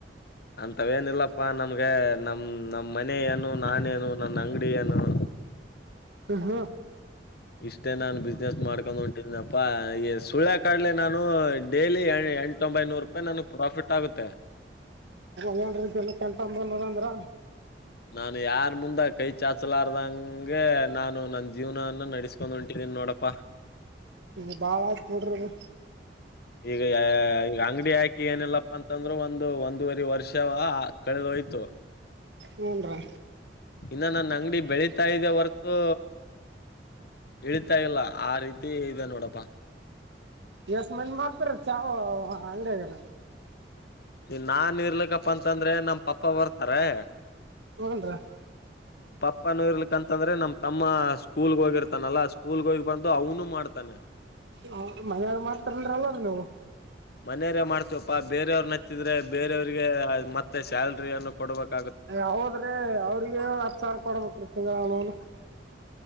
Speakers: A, on the left (about 65°); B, on the right (about 80°).
A: ಅಂತವೇನಿಲ್ಲಪ್ಪಾ ನಮ್ಗೆ ನಮ ನಮ್ ಮನೆ ಏನು ನಾನೇನು ನನ್ನ ಅಂಗಡಿ ಏನ. <inaudible>
B: ಹ ಹ
A: ಇಷ್ಟೇ ನಾನು ಬಿಸ್ನೆಸ್ ಮಾಡ್ಕೊಂಡ್ ಹೊಂಟಿನಪ್ಪಾ ಈ ಸುಳೆ ಕಾಡ್ಲೆ ನಾನು ಡೈಲಿ ಎ ತೊಂಬೈನೂರು ರೂಪಾಯಿ ನನ್ಗ್ ಪ್ರಾಫಿಟ್ ಆಗುತ್ತೆ.
B: ಹಂಗದ್ರೆ ದಿನಕ್ ಎಂಟು ನೂರ್ ನೂರ್ ಅಂದ್ರ.
A: ನಾನು ಯಾರ್ ಮುಂದ ಕೈ ಚಾಚಲಾರ್ದಂಗೆ ನಾನು ನನ್ ಜೀವನ ಅನ್ನು ನಡಸ್ಕೊಂಡ್ ಹೊಂಟಿದ್ದೀನಿ ನೋಡಪ್ಪ
B: ಏ ಬಾಳ ಆಯ್ತ್ ನೋಡ್ರಿ ಇದು.
A: ಈಗ ಈಗ ಅಂಗಡಿ ಹಾಕಿ ಏನಿಲ್ಲಪ್ಪಾ ಅಂತಂದ್ರರು ಒಂದು ಒಂದೂವರಿ ವರ್ಷ ವ ಕಳೆದೋಯ್ತು.
B: ಹ್ಞೂ ರೀ
A: ಇನ್ನ ನನ್ನ ಅಂಗಡಿ ಬೆಳೀತಾ ಇದೆ ಹೊರತು ಇಳಿತಾ ಇಲ್ಲ ಆ ರೀತ ತಿ ಇದೆ ನೋಡಪ್ಪಾ.
B: ಎಸ್ ಮಂದಿ ಮಾಡ್ತಾರಿ ಚಾವೋ ಅಂಗಡಿಯಾಗ್ರಿ.
A: ಈ ನಾನ್ ಇರ್ಲಕ್ಕಪ್ಪಾ ಅಂತಂದ್ರೆ ನಮ್ ಪಪ್ಪ ಬರ್ತಾರೆ
B: ಹ್ಮ್ ರಾ
A: ಅಪ್ಪನೂ ಇರ್ಲಿಕ್ಕ ಅಂತಂದ್ರೆ ನಮ ತಮ್ಮ ಸ್ಕೂಲ್ ಹೋಗಿರ್ತಾನಲ್ಲಾ ಸ್ಕೂಲ್ ಹೋಗಿ ಬಂದು ಅವನು ಮಾಡ್ತಾನೆ.
B: ಹ ಮನೆರ್ ಮಾಡ್ತಾರ ಅಂದ್ರೆಲ್ಲ ನೀವು.
A: ಮನೆರೆ ಮಾಡ್ತಿವಪ್ಪ ಬೇರೆಯವ್ರನ ಹಚ್ಚಿದ್ರೆ ಬೇರೆಯವ್ರರಿಗೆ ಮತ್ತೆ ಸ್ಯಾಲ್ರಿ ಅನ್ನು ಕೊಡಬೇಕ
B: ಏ ಹೌದ್ರಿ ಅವ್ರಿಗೆ ಹತ್ ಸಾವಿರ ಕೊಡ್ಬೇಕ್ರಿ ತಿಂಗಳ <unintelligible>